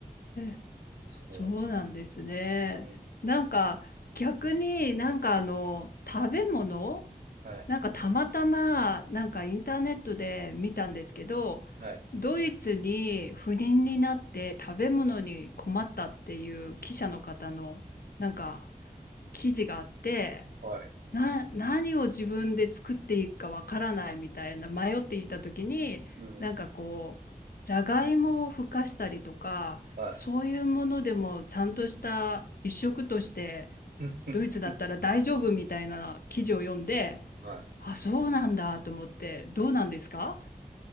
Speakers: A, on the left; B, on the right.
A: え。
B: そ
A: そうなんですね。
B: う。うん。
A: なんか逆になんかあの食べ物
B: はい。
A: なんかたまたまなんかインターネットで見たんですけどドイツに不倫になって食べ物に困ったっていう記者の方のなんか
B: はい。
A: 記事があって
B: はい。
A: な、何を自分で作っていいかわからないみたいな迷っていた時になんかこうじゃがいもをふかしたりとかそういうものでもちゃんとした一食として
B: うん。はい。うん。うんうん
A: ドイツだったら大丈夫みたいな記事を読んで
B: はい。
A: あそうなんだと思ってどうなんですか